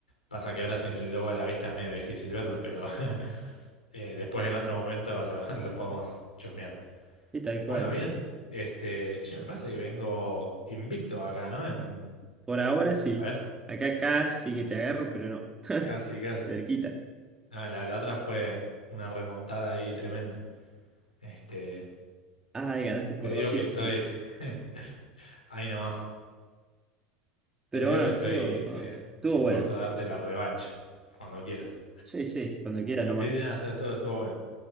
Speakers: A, on the left (about 80°); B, on the right (about 15°).
A: pasa que ahora sin el logo a la vista es medio difícil verlo, pero <laughs> eh, después en otro momento lo, <laughs> lo podemos chusmear.
B: Sí, tal
A: Bueno,
B: cual.
A: bien. Este, che, me pasa que vengo invicto acá, ¿no? En,
B: Por ahora sí.
A: a ver,
B: Acá casi que te agarro, pero no.
A: casi, casi.
B: Cerquita.
A: Ah, la, la otra fue una remontada ahí tremenda. Este,
B: Ay, ganaste por
A: te digo
B: 200
A: que estoy
B: puntos.
A: <laughs> ahí nomás.
B: Pero
A: Te digo
B: bueno,
A: que estoy
B: estuvo,
A: este,
B: estuvo
A: dispuesto
B: bueno.
A: a darte la revancha cuando quieras.
B: Sí, sí, cuando quieras nomás.
A: Sí, sí, nada, esto estuvo estuvo bueno.